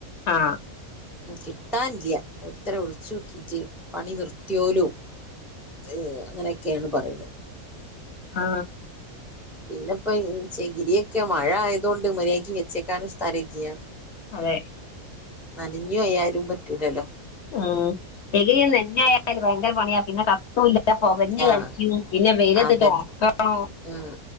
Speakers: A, on the left; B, in the centre.
A: ആ
B: ഉ കിട്ടാനില്ല ഒരുത്തരെ വിളിച്ചു നോക്കിട്ട് പണി നിർത്തിയോലും ഏ അങ്ങനെക്കെയാണ് പറയുന്ന
A: ആ
B: പിന്നെപ്പോ ഇൻ ചഗിരിയൊക്കെ മഴ ആയതൊണ്ട് മര്യാക്കി വെച്ചേക്കാനും സ്ഥലം ഇല്ല്യ
A: അതെ
B: നനഞ്ഞും പോയാലും പറ്റൂലല്ലോ
A: ഉ ഡഗരിന്ന് <unintelligible> എന്നന്നൊയല് ഭയങ്കര പണിയ പിന്നെ കത്തുല്ലാ ഇല്ല പൊവഞ്ഞഞ്
B: ആഹ്
A: കളിക്കൂ പിന്നെ വെയിലത്തിട്ട്
B: അതന്നെ
A: ഉണക്കണോ
B: ഉം